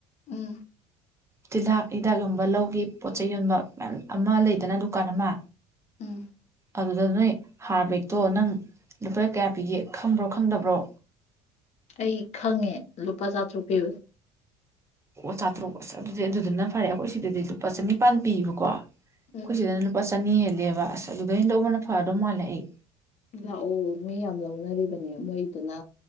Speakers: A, on the left (about 50°); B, on the right (about 20°).
A: ꯎꯝ
B: ꯇꯤꯜꯍꯠ ꯍꯤꯗꯥꯛ ꯌꯣꯟꯕꯥ ꯂꯧꯒꯤ ꯄꯣꯠ ꯆꯩꯩ ꯌꯣꯟꯕ ꯃꯌꯥꯝ ꯑꯃ ꯂꯩꯗꯅ ꯗꯨꯀꯥꯟ ꯑꯃ
A: ꯎꯝ
B: ꯑꯗꯨꯗ ꯅꯣꯏ ꯍꯥꯔ ꯕꯦꯛꯇꯣ ꯅꯪ ꯂꯨꯄꯥ ꯀꯌꯥ ꯄꯤꯒꯦ ꯈꯪꯕ꯭ꯔꯣ ꯈꯪꯗꯕ꯭ꯔꯣ
A: ꯑꯩ ꯈꯪꯉꯦ ꯂꯨꯄꯥ ꯆꯥꯇ꯭ꯔꯨꯛ ꯄꯤꯕꯅꯦ
B: ꯑꯣ ꯆꯥꯇꯔꯨꯛ ꯑꯁ ꯑꯗꯨꯗꯤ ꯑꯗꯨꯗꯨꯅ ꯐꯔꯦ ꯑꯩꯈꯣꯏ ꯁꯤꯗꯗꯤ ꯂꯨꯄꯥ ꯆꯅꯤꯄꯥꯟ ꯄꯤꯕꯀꯣ ꯑꯩꯈꯣꯏ
A: ꯎꯝ
B: ꯁꯤꯗꯅ ꯂꯨꯄꯥ ꯆꯅꯤ ꯍꯦꯜꯂꯦꯕ ꯑꯁ ꯑꯗꯨꯗꯩ ꯑꯣꯏꯅ ꯂꯧꯕꯅ ꯐꯔꯥꯗꯧ ꯃꯥꯜꯂꯦꯕꯥ ꯑꯩ
A: ꯂꯥꯛꯑꯣ ꯃꯤ ꯌꯥꯝ ꯂꯧꯅꯔꯤꯕꯅꯦ ꯃꯣꯏꯗꯨꯅ